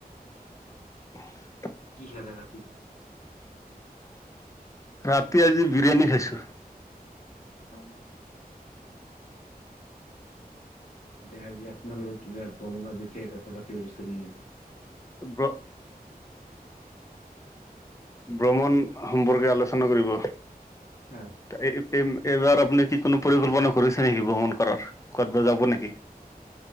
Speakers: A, on the left; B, on the left.
A: <unintelligible>
B: কি খালে ৰাতি?
A: <inaudible> ৰাতি আজি বিৰিয়ানী খাইছোঁ।
B: নাই শুৱা। দেয়া আপোনালোকৰ কিবা প্ৰমলা বিষয়ে কথা পাতিব বিচাৰে নি
A: ব্ৰ ব্ৰমণ সম্পৰ্কে আলোচনা কৰিব
B: হয়।
A: এই-এইবাৰ আপুনি কি কোনো পৰিকল্পনা কৰিছে নেকি ভ্ৰমণ কৰাৰ? ক'তবা যাব নেকি?